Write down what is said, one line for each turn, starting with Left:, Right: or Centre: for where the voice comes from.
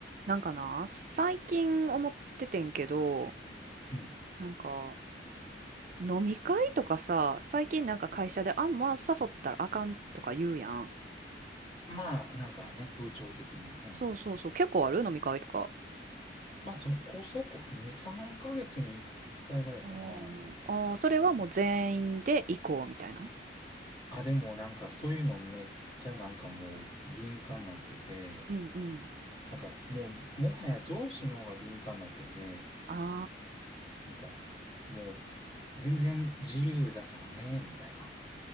Right: なんかな、最近思っててんけど、
Left: うん。
Right: なんか、飲み会とかさ、最近なんか会社で、あんま誘ったらあかんとか言うやん。
Left: まあ、なんかね、風潮的に。うん。
Right: そうそうそう、結構ある飲み会とか。
Left: まあ、そこそこ、2、3ヶ月に1回ぐらいかな。
Right: あーあー、それはもう全員で行こうみたいな。
Left: うん。あ、でもなんかそういうのめっちゃなんかもう敏感になってて、
Right: うんうん。
Left: なんかもう、もはや上司の方が敏感になってて、
Right: あ
Left: なんかもう、全然自由だからね、みたいな。